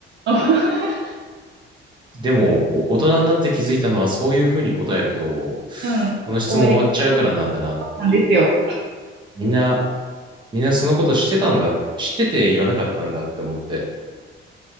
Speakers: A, on the right; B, on the right.
A: <laughs>
B: でも、こう、大人になって気づいたのは、そういう風に答えると、
A: うん。
B: この質問終わっちゃうからなんだなっていう。
A: 終わりなんですよ。
B: みんな、みんなそのこと知ってたんだ、知ってて言わなかったんだって思って。